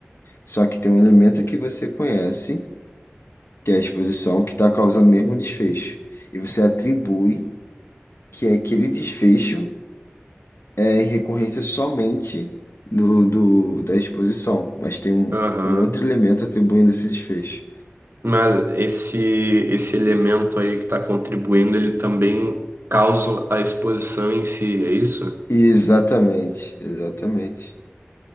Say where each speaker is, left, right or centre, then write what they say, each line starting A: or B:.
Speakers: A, on the left; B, on the right.
A: Só que tem um elemento que você conhece, que é a exposição, que tá causando o mesmo desfecho. E você atribui que é aquele desfecho é em recorrência somente do, do- da exposição, mas tem um,
B: Aham.
A: um outro elemento atribuindo esse desfecho.
B: Mas esse, esse elemento aí que está contribuindo, ele também causa a exposição em si, é isso?
A: Exatamente, exatamente.